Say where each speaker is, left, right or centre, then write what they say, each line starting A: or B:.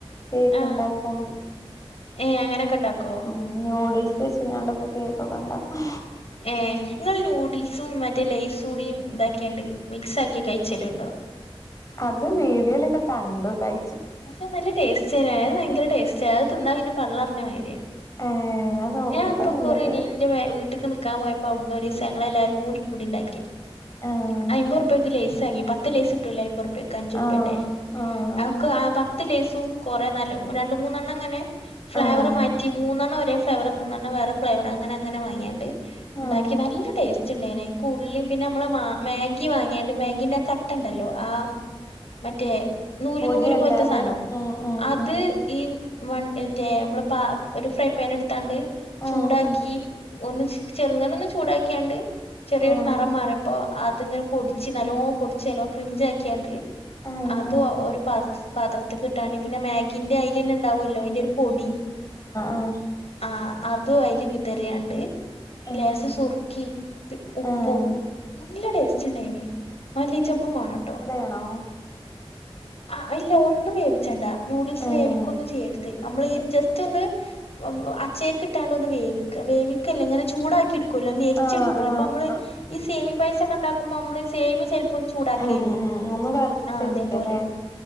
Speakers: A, on the left; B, on the left.
A: കേക്ക്ണ്ടാക്കും
B: ആഹ് ഏഹ് അങ്ങനൊക്കെ ഇണ്ടാക്കോ
A: ഉം ന്യൂഡിൽസ് വെച്ച്കാണ്ടൊക്കെ കേക്കൊക്കെ ഇണ്ടാക്കും
B: ഏഹ് ഇങ്ങൾ നൂഡിൽസും മറ്റേ ലൈസൂടീം ഇതാക്ക്യാണ്ട് മിക്സ് ആക്കി കഴിച്ചല്ഇണ്ടോ
A: അത് വീഡിയോലൊക്കെ കണ്ടു കൈ
B: പക്ഷെ നല്ല ടേസ്റ്റ് തന്നെ ഭയങ്കര ടേസ്റ്റ് അഅ് തിന്നാ പിന്നെ പള്ളർഞ്ഞ മയ്ര്യാണ്
A: ഏഹ് ഞാൻ നോക്കിട്ടൊന്നുല്ല
B: ഞാ ഇപ്പൊ കുറേ
A: ഇതുവരെ
B: ല്ല് ഇന്റെ വേ വീട്ട്ക്ക് ന്ന്‌ക്കാൻ പോയപ്പോ അവ്ന്ന് ഒരീസ ഞങ്ങളല്ലാരൂടി കൂടി ഇണ്ടാക്കീനിം
A: ആഹ്
B: അയ്മ്പുർപ്യക്ക് ലെയ്സാങ്ങി പത്ത് ലെയ്സ് ഇട്ടൂലേ അയ്മ്പുർപ്യക്ക് അഞ്ചു ഉർപ്യന്റെ
A: ആഹ് ആഹ്
B: ക്ക് ആ പത്ത് ലൈസും കാെറേ നല്ല രണ്ട് മൂന്നെണ്ണം ഇങ്ങനെ ഫ്ലേവറ്
A: ആഹ്
B: മാറ്റി മൂന്നണ്ണം ഒരേ ഫ്ലേവറ് മൂന്നെണ്ണം വേറെ ഫ്ലേവറ് അങ്ങനെ അങ്ങനെ വാങ്ങിയാണ്ട്
A: ആഹ്
B: ഇണ്ടാക്കി നല്ല ടേസ്റ്റ് ഇണ്ടായിനെ അയ്ക്ക് ഉള്ളീം പിന്നെ അമ്മള് മാഗ് മേഗി വാങ്ങ്യാണ്ട് മാഗിൻ്റെ ആ കട്ടണ്ടല്ലോ ആഹ് മറ്റേ നൂല്
A: പൊടിയല്ലാതെ
B: നൂല് പോലത്തെ സാധനം
A: ഉം ഉം
B: അത്
A: ഉം
B: ഈ മൻ മറ്റേ അമ്മള് പാ ഒരു ഫ്രൈപാന് ഇട് ത്താണ്ട്
A: ഉം
B: ചൂടാക്കി
A: ഉം
B: ഒന്ന് ചെറുങ്ങന ഒന്ന് ചൂടാക്ക്യാണ്ട് ചെറിയൊരു
A: ഉം
B: നെറം മാറിയപ്പോ അത്ങ്ങനെ പൊടിച്ച് ന്നല്ലോ പൊടിച്ച് നല്ലോ ക്രിഞ്ച് ആാക്ക്യാണ്ട്
A: ഉം
B: അതാെ
A: ഉം ആഹ്
B: ഒര് പാത്ര പാത്രത്ത്ക്ക്ട്ടാണ്ട് പിന്നെ മാഗിന്റെ അയിലിന്നെ ബണ്ടാവോല്ലോ അയിന്റൊര് പൊടി
A: ആഹ്
B: ആഹ് അതും അയില് വിതറിയാണ്ട്
A: ആഹ്
B: ലേസ സുറുക്കി ഉപ്പും
A: ആഹ്
B: നല്ല ടേസ്റ്റ്ണ്ടായിനി മല്ലീച്ചപ്പും വേണട്ടോ
A: ഏണോ
B: ആഹ് ഇല്ല ഒന്നും വേവിച്ചണ്ടാ നൂഡിൽസ്
A: ആഹ്
B: വേവിക്കന്നും ചെയ്യരുത് നമ്മള് ജസ്റ്റ് ഒന്ന് വവ് അച്ചേക്ട്ടാണ്ട് ഒന്ന് വേവിക്ക വേവിക്കല്ലേ ഇങ്ങനെ ചൂടാക്കി എടു ക്കുല്ലോ നരിച്ചടുക്കല്ലോ
A: ആഹ് ആഹ്
B: ഇപ്പൊ നമ്മള്
A: ആഹ്
B: ഈ സേമി പൈസൊക്കെ ണ്ടാകുമ്പോ നമ്മ സേമി ചെ പ്പ ഒന്ന് ചൂടാക്കില്ലേ
A: ഉം ഉം ഒന്ന് വറുത്തെടുക്കല്ലേ
B: ആഹ് അതേപോലെ